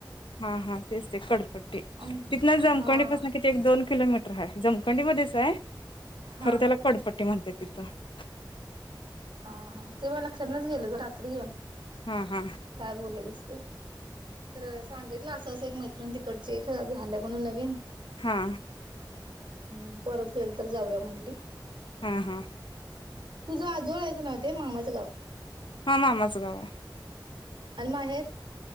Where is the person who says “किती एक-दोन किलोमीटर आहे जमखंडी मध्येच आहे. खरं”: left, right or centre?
Left